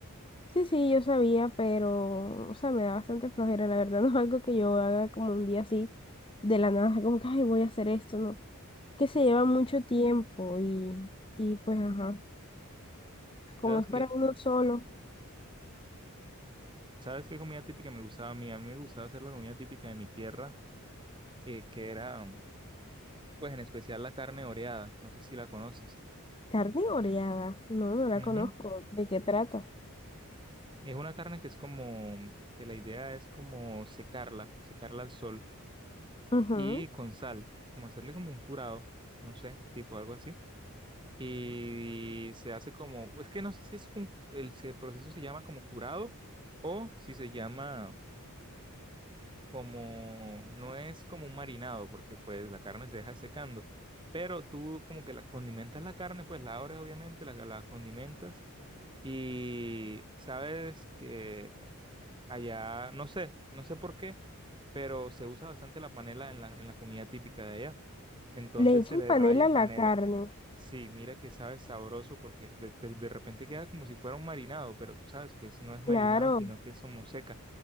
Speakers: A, on the left (about 25°); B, on the right (about 20°).
A: Sí, sí, yo sabía, pero, o sea, me da bastante flojera, la verdad, <laughs> no es algo que yo haga como un día así, de la nada, como que, ay, voy a hacer esto, ¿no? Que se lleva mucho tiempo y, y pues, ajá, como
B: ¿Sabes
A: es
B: que
A: para uno solo.
B: ¿Sabes qué comida típica me gustaba a mí? A mí me gustaba hacer la comida típica de mi tierra, que, que era, pues en especial la carne oreada, no sé si la conoces.
A: Carne oreada. No, no la
B: Ujú.
A: conozco. ¿De qué trata?
B: Es una carne que es como, que la idea es como secarla, secarla al sol
A: Ujú.
B: y con sal, como hacerle como un curado, no sé, tipo algo así. Y se hace como, es que no sé si es un, el, se- el proceso se llama como curado o si se llama como, no es como un marinado, porque pues la carne se deja secando, pero tú como que la condimentas la carne, pues la abres obviamente, la, la condimentas y sabes que allá, no sé, no sé por qué, pero se usa bastante la panela en la, en la comida típica de allá. Entonces
A: Le echan
B: se le
A: panela
B: raya
A: a
B: panela.
A: la carne.
B: Sí, mira que sabe sabroso porque de, de- de repente queda como si fuera un marinado, pero tú sabes que es- no es marinado,
A: Claro,
B: sino que es como seca.